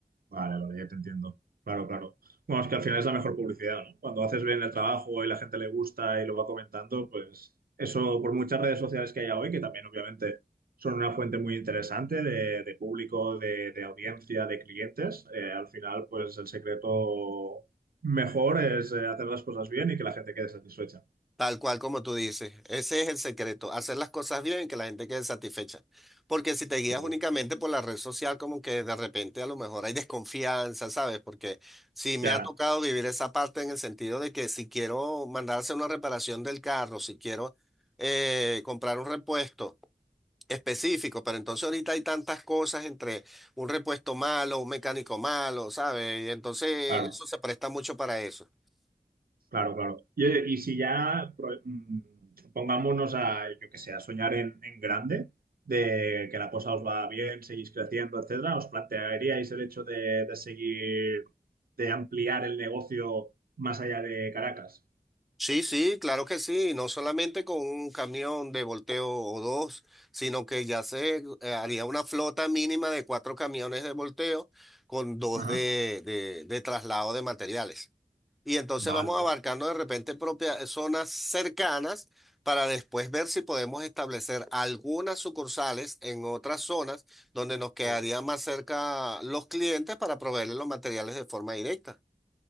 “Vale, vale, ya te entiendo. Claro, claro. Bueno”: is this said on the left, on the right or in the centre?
Right